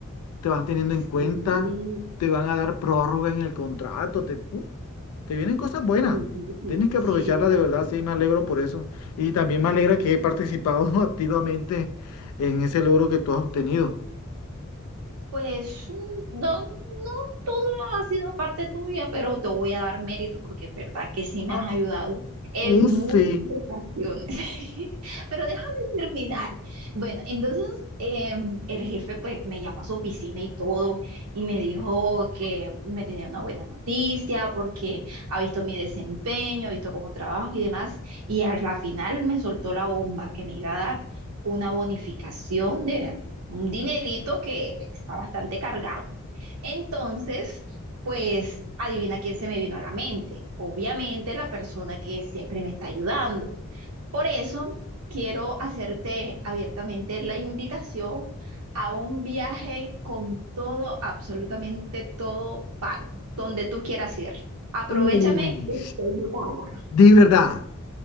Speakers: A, on the left; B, on the right.
A: te van teniendo
B: Sí,
A: en cuenta, te van a dar prórroga en el contrato, te, uh, te vienen cosas buenas.
B: sí, sí,
A: Tienes que
B: sí,
A: aprovecharla
B: sí, claro.
A: de verdad, sí, me alegro por eso. Y también me alegra que he participado <laughs> activamente en ese logro que tú has obtenido.
B: Pues mm, no, no todo ha sido parte tuya, pero te voy a dar mérito porque es verdad que sí me
A: Ah,
B: has ayudado en
A: oh,
B: muchas
A: sí.
B: ocasiones. <laughs> Pero déjame terminar. Bueno, entonces eh, el jefe pues me llamó a su oficina y todo y me dijo que me tenía una buena noticia porque ha visto mi desempeño, ha visto cómo trabajo y demás. Y al la final me soltó la bomba que me iba a dar una bonificación de un dinerito que está bastante cargado. Entonces, pues adivina quién se me vino a la mente. Obviamente la persona que siempre me está ayudando. Por eso quiero hacerte abiertamente la invitación a un viaje con todo, absolutamente todo pago, donde tú quieras ir. Aprovechame
A: Uy,
B: que estoy ocupada.
A: de verdad.